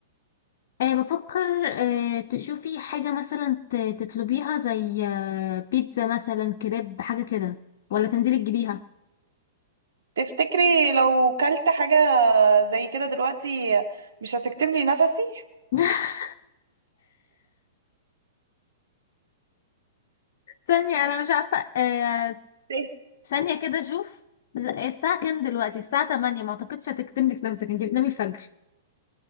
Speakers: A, on the left (about 50°); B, on the right (about 65°).
A: أه بفكر أه تشوفي حاجة مثلا ت- تطلبيها زي آه، بيتزا مثلا كريب حاجة كده ولا تنزلي تجيبيها
B: تفتكري لو كلت حاجه زي كده دلوقتي مش هتكتم لي نفسي
A: <laughs> ثانية أنا مش عارفة آه...
B: إيه؟
A: ثانية كده أشوف لا، الساعة كام دلوقتي؟ الساعة 8 ما أعتقدش هتكتملك نفسك أنتي بتنامي الفجر